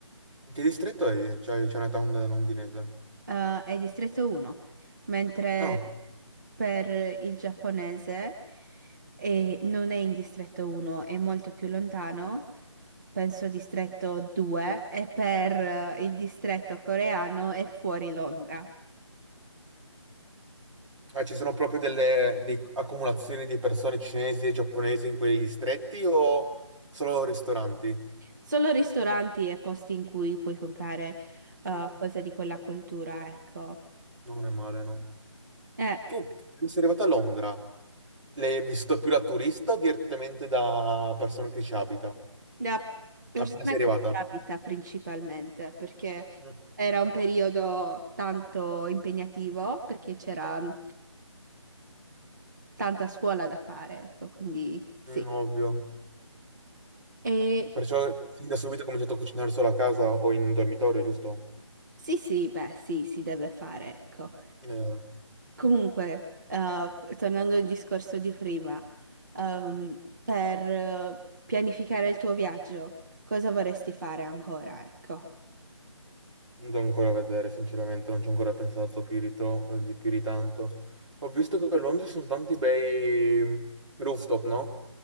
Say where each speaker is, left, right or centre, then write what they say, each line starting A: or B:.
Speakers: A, on the right; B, on the right.
A: In che distretto è? C'è il Chinatown londinese?
B: eh, è distretto 1, mentre
A: No.
B: per il giapponese eh, non è in distretto 1, è molto più lontano, penso distretto 2, e per eh, il distretto coreano è fuori Londra.
A: Ah, ci sono proprio delle, dei- accumulazioni di persone cinesi e giapponesi in quei distretti o solo ristoranti?
B: Solo ristoranti e posti in cui puoi comprare eh,
A: Mm.
B: cose di quella cultura, ecco.
A: Non è male, no.
B: Eh,
A: Tu sei arrivato a Londra, l'hai vissuto più da turista o direttamente da persona che ci abita?
B: Da persona
A: Appena sei
B: che
A: arrivata?
B: ci abita principalmente, perché
A: Mm,
B: era un periodo tanto impegnativo, perché c'era eh, tanta scuola da fare, ecco, quindi sì.
A: mm, Ovvio.
B: E
A: Perciò fin da subito ho cominciato a cucinare solo a casa o in dormitorio, giusto?
B: sì, sì, beh, sì, si deve fare, ecco.
A: Eh, non
B: Comunque, eh, tornando al discorso di prima, ehm, per eh, pianificare il tuo viaggio, cosa vorresti fare ancora, ecco?
A: devo ancora vedere, sinceramente, non ci ho ancora pensato più di, tro- di più di tanto. Ho visto che a Londra ci sono tanti bei rooftop, no?